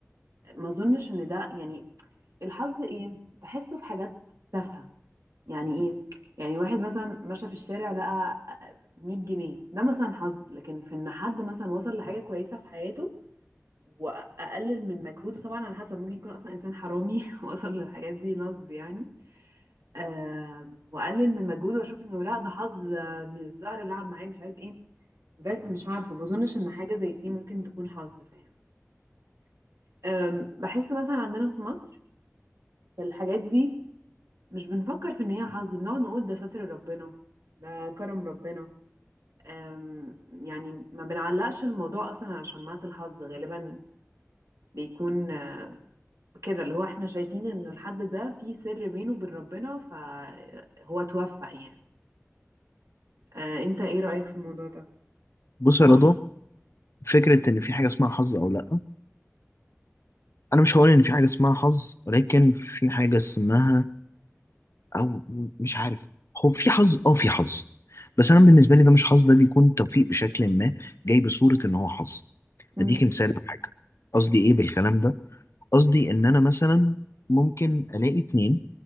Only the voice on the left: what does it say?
بص
يا رضا فكرة إن في حاجة اسمها حظ أو لأ أنا مش هقول إن في حاجة اسمها حظ ولكن في حاجة اسمها أو مش عارف هو في حظ أه في حظ بس أنا بالنسبة لي ده مش حظ ده بيكون توفيق بشكل ما جاي بصورة إن هو حظ
اديكي مثال لحاجه قصدي ايه بالكلام ده قصدي ان انا مثلا ممكن الاقي اتنين